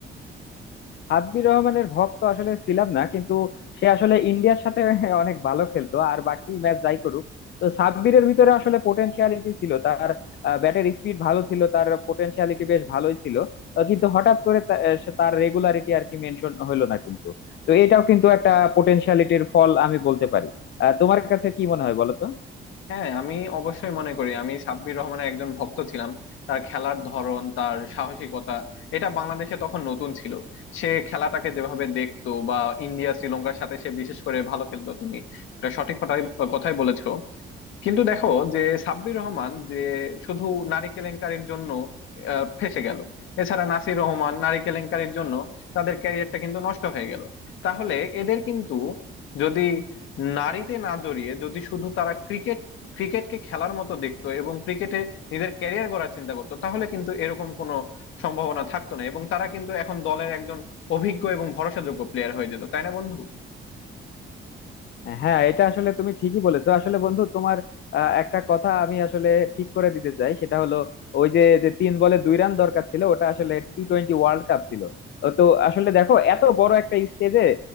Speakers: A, on the left; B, on the left.
A: হাব্বির রহমানের ভক্ত আসলে ছিলাম না কিন্তু সে আসলে ইন্ডিয়ার সাথে <laughs> অনেক ভালো খেলতো আর বাকি ম্যাচ যাই করুক তো সাব্বিরের ভিতরে আসলে পোটেনশিয়ালিটি ছিল তার ব্যাটের স্পিড ভালো ছিল তার পোটেনশিয়ালিটি বেশ ভালোই ছিল আহ, কিন্তু হঠাৎ করে তা- আহ, সে তার রেগুলারিটি আর কি মেনশন হলো না কিন্তু তো এটাও কিন্তু একটা পোটেনশিয়ালিটির ফল আমি বলতে পারি আহ, তোমার কাছে কি মনে হয় বলো তো
B: হ্যাঁ আমি অবশ্যই মনে করি আমি সাব্বির রহমানের একজন ভক্ত ছিলাম তার খেলার ধরন তার সাহসিকতা এটা বাংলাদেশে তখন নতুন ছিল সে খেলাটাকে যেভাবে দেখতো বা ইন্ডিয়া শ্রীলঙ্কার সাথে সে বিশেষ করে ভালো খেলতো তুমি এটা সঠিক কথাই কথাই বলেছো কিন্তু দেখো যে সাব্বির রহমান যে শুধু নারী কেলেঙ্কারির জন্য আহ, ফেঁসে গেল এছাড়া নাসির রহমান নারী কেলেঙ্কারির জন্য তাদের ক্যারিয়ারটা কিন্তু নষ্ট হয়ে গেল তাহলে এদের কিন্তু যদি নারীতে না জড়িয়ে যদি শুধু তারা ক্রিকেট ক্রিকেটকে খেলার মতো দেখতো এবং ক্রিকেটে নিজের ক্যারিয়ার গড়ার চিন্তা করতো তাহলে কিন্তু এরকম কোনো সম্ভাবনা থাকতো না এবং তারা কিন্তু এখন দলের একজন অভিজ্ঞ এবং ভরসাযোগ্য প্লেয়ার হয়ে যেত তাই না বন্ধু
A: হ্যাঁ এটা আসলে তুমি ঠিকই বলেছো আসলে বন্ধু তোমার আহ, একটা কথা আমি আসলে ঠিক করে দিতে চাই সেটা হলো ওই যে যে তিন বলে দুই রান দরকার ছিল ওটা আসলে টি টোয়েন্টি ওয়ার্ল্ড কাপ ছিল তো তো আসলে দেখো এত বড় একটা স্টেজে